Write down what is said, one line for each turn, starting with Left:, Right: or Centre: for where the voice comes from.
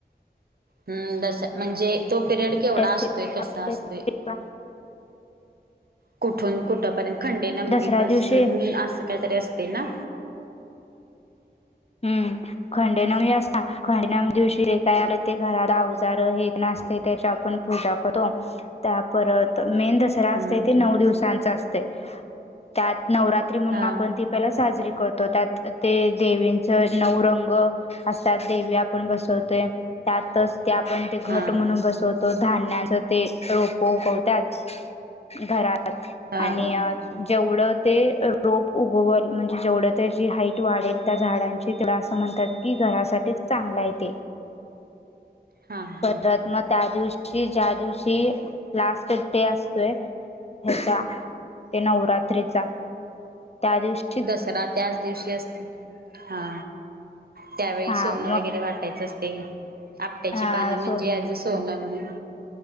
Right: हम्म जसं म्हणजे तो पिरियड
Left: आपट्याचे
Right: केवढा असतोय कसा
Left: आपट्याचे
Right: असतोय? कुठून कुठ पर्यंत खंडे नमवी
Left: दसऱ्या
Right: पासून
Left: दिवशी
Right: असं काय तरी असते ना?
Left: हम्म खंडेनवी असता खंडेनवी दिवशी काय आलं ते घरात अवजार हे असते त्याच्या आपण पूजा करतो त्या परत मेन दसरा
Right: हम्म.
Left: नऊ दिवसां असते त्या नवरात म्हणून
Right: हा
Left: आप साजरी करतो त्यात ते दे नऊ रंग असत देवी आपण बसवतोय त्यातच ते आपण ते घट
Right: हा
Left: म्हणून बसवतो धान्याच ते रोपोतो त्याच घरात
Right: हा
Left: आणि जेवढं ते रोप उगवल म्हणजे जेवढं तर जी हाईट वाढेल त्या झाडांची तुला असं म्हणतात की घरासाठीच चांगला आहे ते
Right: हा हा
Left: परत मग त्या दिवशी दिवशी ज्या दिवशी लास्ट डे असतोय हयाचा ते नवरात्रीचा त्या दिवशी
Right: दसरा त्याच दिवशी असते. हा त्यावेळी
Left: हा
Right: सोनं
Left: मग
Right: वगैरे वाटायचं असते का? आपट्याची
Left: हा
Right: पानं म्हणजे
Left: सो
Right: आज सोनं म्हणून